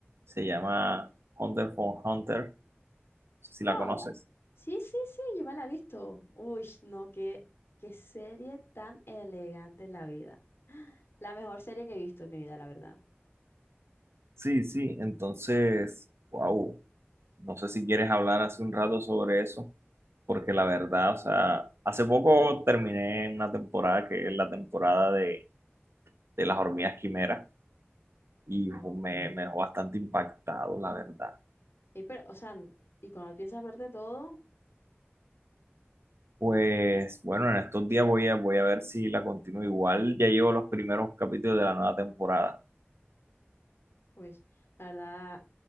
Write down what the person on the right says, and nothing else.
Se llama Hunter x Hunter. No sé si la
conoces.
Sí, sí, entonces, wow. No sé si quieres hablar hace un rato sobre eso, porque la verdad, o sea, hace poco terminé una temporada que es la temporada de, de las hormigas quimeras. y
ju-
me, me dejó bastante impactado, la verdad.
Pues bueno, en estos días voy a, voy a ver si la continúo igual. Ya llevo los primeros capítulos de la nueva temporada.